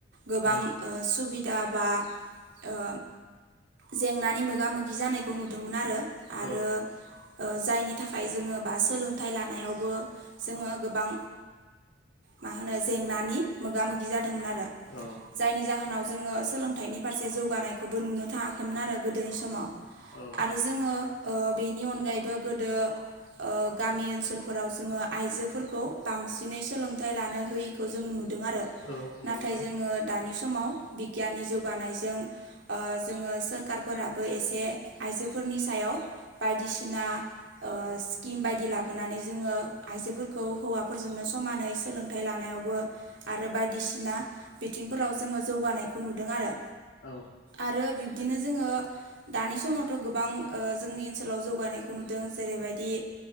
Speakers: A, on the left (about 80°); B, on the right (about 70°).
A: उम
B: गोबां सुबिदा बा ओ जेंनानि मोगा मोगि जानायखौ नुदोंमोन आरो आरो
A: औ
B: ओ जायनि थाखाय जोङो बा सोलोंथाइ लानायावबो जोङो गोबां मा होनो जेंनानि मोगा मोगि जादोंमोन आरो
A: औ
B: जायनि जाहोनाव जोङो सोलोंथाइनि फारसे जौगानायखौबो नुनो थाङाखैमोन आरो गोदोनि समाव
A: औ
B: आरो जोङो बेनि अनगायैबो गोदो गामि ओनसोलफोराव जोङो आइजोफोरखौ बांसिनै सोलोंथाइ लानोह जों नुदों आरो
A: औ
B: नाथाय
A: नंगौ
B: जोङो दानि समाव बिगियाननि जौगानायजों ओ जोङो सोरखारफोराबो एसे आइजोफोरनि सायाव बायदिसिना स्किम बायदि लाबोनानै जोङो आइजोफोरखौ हौवाफोरजोंनो समानै सोलों फन्थाइ लानायावबो आरो बायदिसिना बिथिंफोराव जोङो जौगानायखौ नुदों आरो
A: औ
B: आरो बिब्दिनो जोङो दानि समावथ' गोबां जोंनि ओनसोलाव जौगानायखौ नुदों जेरैबायदि